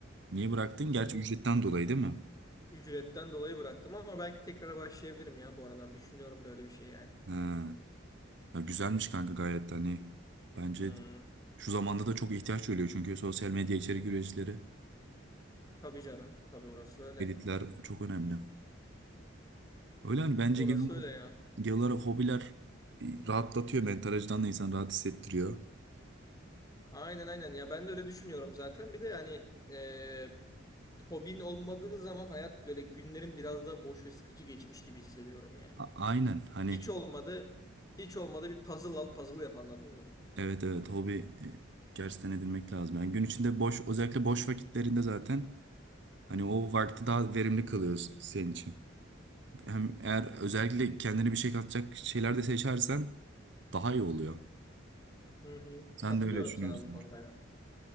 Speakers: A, on the right (about 60°); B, on the left (about 20°).
A: Niye bıraktın? Gerçi
B: Hı hı.
A: ücretten dolayı değil mi?
B: Ücretten dolayı bıraktım ama belki tekrar başlayabilirim ya bu aralar. Düşünüyorum da öyle bir şey yani.
A: He. Ya güzelmiş kanka gayet de hani. Bence
B: Hmm.
A: şu zamanda da çok ihtiyaç duyuluyor Çünkü sosyal medya içerik üreticileri,
B: Tabii canım. Tabii orası öyle.
A: editler çok önemli. Öyle hani bence
B: Orası
A: genel olarak,
B: öyle ya.
A: genel olarak hobiler rahatlatıyor. Mental açıdan da insanı rahat hissettiriyor.
B: Aynen aynen. Ya ben de öyle düşünüyorum zaten. Bir de yani e, hobin olmadığı zaman hayat böyle günlerin biraz daha boş ve sıkıcı geçmiş gibi hissediyorum yani.
A: A- aynen. Hani
B: Hiç olmadı. Hiç olmadı bir puzzle al puzzle yap anladın mı?
A: evet evet hobi e, gerçekten edinmek lazım. Yani gün içinde boş özellikle boş vakitlerinde zaten Hani o vakti daha verimli kalıyor senin için. Hem eğer özellikle kendine bir şey katacak şeyler de seçersen daha iyi oluyor.
B: Hı hı.
A: Sen
B: Katılıyorum
A: de öyle düşünüyorsundur.
B: sana bu konuda ya.